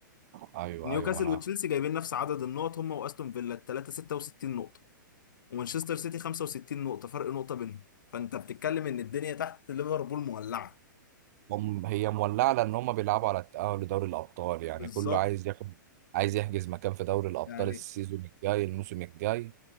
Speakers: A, on the right; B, on the left.
A: ايوه
B: نيوكاسل
A: ايوه ما انا
B: وتشيلسي
A: عارف.
B: جايبين نفس عدد النقط هم واستون فيلا الثلاثه 66 نقطه ومانشستر سيتي 65 نقطه فرق نقطه بينهم فانت بتتكلم ان الدنيا تحت ليفربول مولعه
A: هم هي مولعه لان هم بيلعبوا على التاهل لدوري الابطال يعني
B: بالظبط
A: كله عايز ياخد عايز يحجز مكان في دوري الابطال
B: يعني
A: السيزون الجاي الموسم الجاي